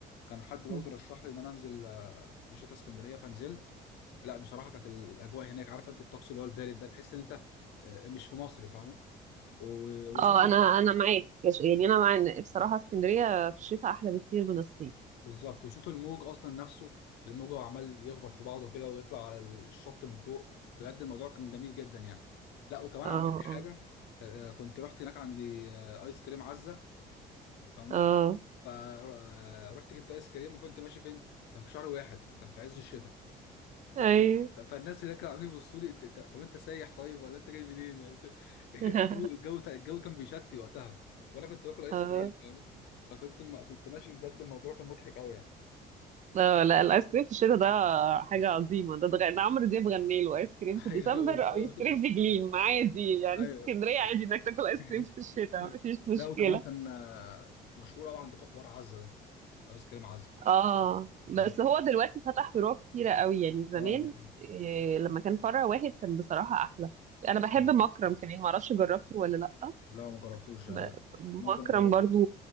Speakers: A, on the left (about 85°); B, on the right (about 45°).
A: كان حد برضه
B: مم.
A: رشح لي ان انا انزل آه، في الشتاء اسكندريه فنزلت لا بصراحه كانت الاجواء هناك عارفه انت الطقس اللي هو البارد ده تحس ان انت آه، مش في مصر فاهم و- وصوت
B: اه انا انا معاك يعني انا مع إن بصراحه اسكندريه في الشتاء احلى بكتير من الصيف
A: بالظبط وصوت الموج اصلا نفسه الموج عمال يخبط في بعضه كده ويطلع على الشط من فوق بجد الموضوع كان جميل جدا يعني لا وكمان
B: اه
A: عملت حاجه
B: اه
A: آه، آه، كنت رحت هناك عندي آه، ايس كريم عزه فاهمه
B: اه
A: فرحت جبت ايس كريم وكنت ماشي فين كان في شهر واحد كان في عز الشتاء فكان
B: ايوه
A: فالناس هناك كانوا عاملين يبصوا لي "أنت- أنت- طب انت سايح طيب ولا انت جاي منين يعني أنت- <laughs>
B: <laughs>
A: الجو الجو الجو كان بيشتي وقتها وانا كنت باكل ايس
B: اه
A: كريم فاهم فكنت ما كنت ماشي بجد الموضوع كان مضحك قوي يعني
B: لا لا الايس كريم في الشتاء ده حاجه عظيمه ده ده, ده عمرو دياب غني له ايس كريم
A: <laughs>
B: في
A: ايوه
B: ديسمبر
A: بالظبط
B: او ايس كريم في جليم عادي يعني
A: ايوه
B: في اسكندريه عادي انك تاكل ايس
A: <laughs>
B: كريم في الشتاء
A: أيوة.
B: مفيش مشكله
A: لا وكمان كان آه، مشهور قوي عندكم حوار عزه ده ايس كريم عزه
B: اه بس
A: نعم
B: هو دلوقتي فتح فروع كتيره قوي يعني زمان
A: اه ده كمان.
B: إيه لما كان فرع واحد كان بصراحه احلى انا بحب
A: آه.
B: مكرم كمان معرفش جربته ولا لا
A: لا ما جربتوش
B: ب-
A: آه،
B: مكرم
A: ممكن اجربه
B: برضو